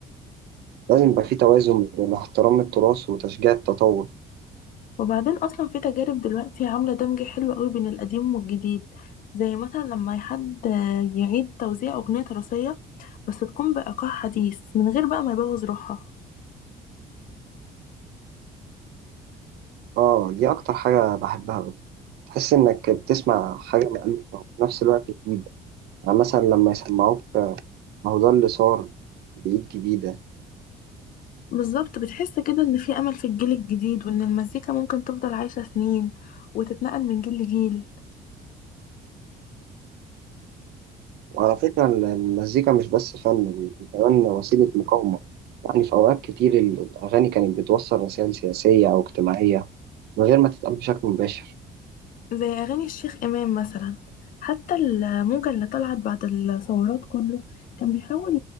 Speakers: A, on the right; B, on the left.
A: لازم يبقى في توازن بين احترام التراث وتشجيع التطور
B: وبعدين اصلا في تجارب دلوقتي عامله دمج حلو قوي بين القديم والجديد زي مثلا لما حد يعيد توزيع اغنيه تراثيه بس تكون بايقاع حديث من غير بقى ما يبوظ روحها
A: اه دي اكتر حاجه بحبها بجد. تحس انك بتسمع حاجه مألوفه وفي نفس الوقت جديده يعني مثلا لما يسمعوك آه، ما هو ده اللي صار بإيد جديده
B: بالظبط بتحس كده ان في امل في الجيل الجديد وان المزيكا ممكن تفضل عايشه سنين وتتنقل من جيل لجيل
A: وعلى فكرة ال- المزيكا مش بس فن دي كمان وسيلة مقاومة يعني في أوقات كتير ال- الأغاني كانت بتوصل رسائل سياسية أو اجتماعية من غير ما تتقال بشكل مباشر
B: زي اغاني الشيخ امام مثلا حتى الموجه اللي طلعت بعد الثورات كله كان بيحاول